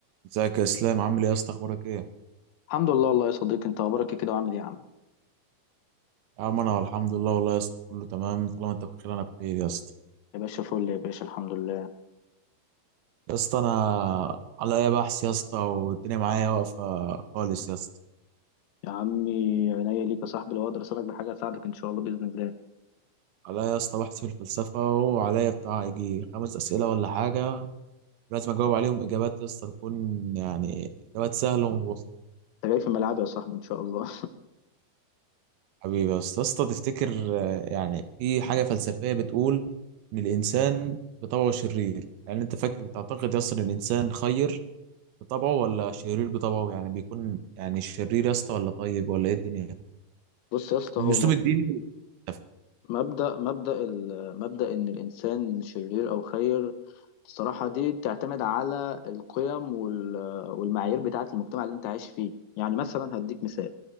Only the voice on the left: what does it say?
الحمد لله والله يا صديقي انت اخبارك ايه كده وعامل ايه يا عم
يا باشا فل يا باشا الحمد لله
يا عمي عينيا ليك يا صاحبي لو اقدر اساعدك بحاجه اساعدك ان شاء الله باذن الله
انت جاي في ملعبي يا صاحبي ان شاء الله
<laughs> بص يا اسطى
هو
مو-
مبدا مبدا ال- مبدا ان الانسان شرير او خير الصراحه دي بتعتمد على القيم وال- والمعايير بتاعه المجتمع اللي انت عايش فيه يعني مثلا هديك مثال